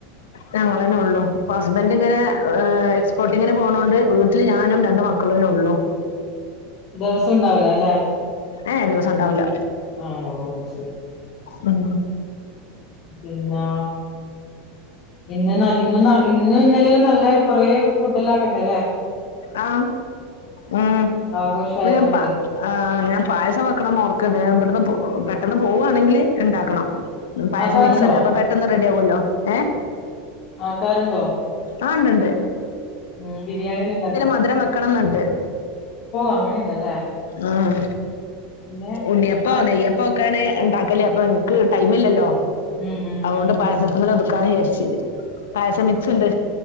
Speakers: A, on the left; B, on the left.
A: ഞങ്ങളന്നെ ഉള്ളൂ. ഇപ്പ ഹസ്ബന്റ് ഇങ്ങെ എക്സ്പോർട്ടിങ്ങിനു പോകണോണ്ട് വീട്ടില് ഞാനും രണ്ട് മക്കളും ഉള്ളോ?
B: ദിവസം ഉണ്ടാവല്ലോ അല്ലേ?
A: ഏ ദിവസം ഉണ്ടാവില്ല.
B: ആ ഓ ശരി.
A: ഉം
B: പിന്നോ? ഇന്ന് ന ഇന്നും ഇന്നലെല്ലും നല്ല കൊറെ ഫുഡ് എല്ലാം ആക്കണ്ടല്ലേ?
A: ആ ആ
B: ആഘോഷായതുകൊണ്ട്
A: അപ്പൊ ഞാൻ പ ഞാൻ പായസം വെക്കണോന്ന് ഓർക്കണ്ട്. ഇവിടുന്ന് പോ പെ പെട്ടന്ന് പോവുവാണെങ്കില് ഉണ്ടാക്കണം. പായസം
B: ആക്കാറുണ്ടോ
A: മിക്സ് ഉണ്ട്. അപ്പൊ പെട്ടന്ന് റെഡി ആകുവല്ലോ. ഏ?
B: ആക്കാറുണ്ടോ
A: ആ ഉണ്ടുണ്ട്.
B: ഉം ബിരിയാണിയല്ലേ ഇണ്ടാക്കോ?
A: മധുരം വെക്കണം എന്നുണ്ട്.
B: അങ്ങനെയുണ്ടല്ലേ
A: ഉം.
B: പിന്നെ
A: ഉണ്ണിയപ്പവോ
B: ആ
A: നെയ്യപ്പവോ ഒക്കൊണ് ഉണ്ടാക്കല് അപ്പൊ നിങ്ങക്ക് ടൈമില്ലല്ലോ?
B: ഉം ഉം
A: അതുകൊണ്ട്
B: ഉം
A: പായസത്തി മേല് ഒതുക്കാന്ന് വിചാരിച്ച്. പായസം മിക്സ് ഉണ്ട്.